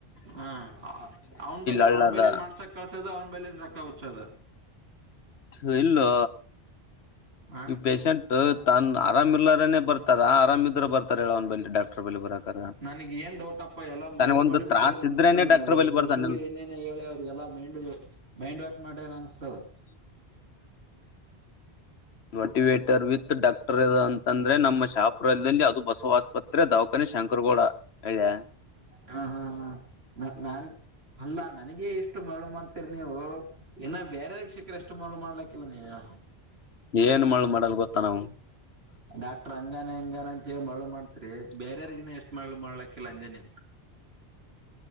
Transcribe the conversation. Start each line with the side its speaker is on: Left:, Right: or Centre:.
Right: ಹ್ಮ ಅವ್ನ್ ಬಳಿ
Left: ಹಳ್ಳ
Right: ಅವ್ನ
Left: ಅದ
Right: ಬಳ ಏನ್ ಮಾಡ್ಸಕ್ ಕಳ್ಸದ ಅವ್ನ್ ಬಳಿದ್ ರೊಕ್ಕ ಹುಚ್ಚದ
Left: <inaudible> ಇಲ್ಲೋ
Right: ಹಾ
Left: ಈ ಪೇಶೆಂಟ್ ತನ್ ಆರಾಮ್ ಇಲ್ಲಾರನೆ ಬರ್ತಾರ ಆರಾಮ್ ಇದ್ರ ಬರ್ತಾರ ಹೇಳ ಅವನ ಬಲ್ಲಿ
Right: <inaudible>
Left: ಡಾಕ್ಟರ್ ಬಲ್ಲಿ ಬರಾಕರ
Right: ನನಗ್ ಏನ್ ಡೌಟ್ಪ್ಪ ಎಲ್ಲ
Left: ತನಗ
Right: ಮರಳು
Left: ಒಂದು
Right: ಮಾಡಿ ಬಿಿಟ್ರೆ
Left: ತ್ರಾಸ
Right: ಅನ್ಸ್ತನ್
Left: ಇದ್ರೇನೆ
Right: ನನಗೆ
Left: ಡಾಕ್ಟರ್ ಬಲ್ಲಿ
Right: ಸುಳ್ಳು
Left: ಬರ್ತಾನ
Right: ಸುಳ್ಳು ಏನೇನ್ ಹೇಳಿ ಅವ್ರಿಗೆಲ್ಲಾ ಮೈಂಡ್ ಮೈಂಡ್ ವಾಶ್ ಮಾಡ್ರೆನ್ ಅನಿಸ್ತದೆ
Left: <unintelligible> ಮೋಟಿವೇಟರ್ ವಿತ್ ಡಾಕ್ಟರ್ ಅಂತಂದ್ರೆ ನಮ್ಮ ಶಾಪುಲ್ದಲ್ಲಿ ಅದು ಬಸವ ಆಸ್ಪತ್ರೆ ದಾವಾಖಾನ ಶಂಕರಗೌಡ ಹೇಳ್ಳ್ಯ
Right: ಹ ಹ್ಮ್ ಹ್ಮ ನಾನ್ ಅಲ್ಲಾ ನನಗ ಎಷ್ಟು ಮರಳು ಮಾಡ್ತ ರಿ ನೀವು ಇನ್ನ ಬೇರೆರ್ ಶಿಕ್ರೆ ಎಷ್ಟು ಮಳ ಮಾಡ್ಲಕ್ಕಿಲ್ಲ ನೀವು
Left: ಏನ್ <unintelligible>
Right: ಡಾಕ್ಟರ್ ಹಂಗಾನ ಹಿಂಗಾನ ಅಂತಿ ಮರಳು ಮಾಡ್ತ ರಿ ಬೇರರ್ಗಿನ ಎಷ್ಟ್ ಮಾಡಲು ಮಾಡ್ಲಕ್ಕಿಲ್ಲ ಅಂದೇನೆ